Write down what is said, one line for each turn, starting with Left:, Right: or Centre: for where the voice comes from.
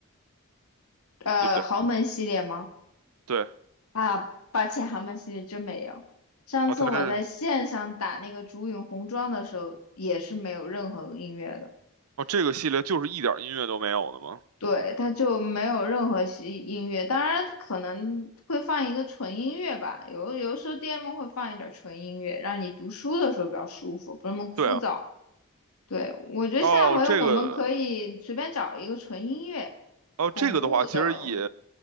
Left: 呃，
Right: 对不对？
Left: 豪门系列吗？
Right: 对，
Left: 啊，抱歉，豪门系列真没有。上次我在线上打那个竹影红妆的时候，
Right: 哦，它这
Left: 也是没有任何音乐的。
Right: 哦这个系列就是一点儿音乐都没有的吗？
Left: 对，它就没有任何西音乐，当然可能会放一个纯音乐吧，有有的时候 DM 会放一点纯音乐，让你读书的时候比较舒服，不那么枯燥。
Right: 对啊，
Left: 对，我觉得下回我们可以随便找一个纯音乐，
Right: 哦这个哦这个的话，
Left: 恐怖的，
Right: 其实也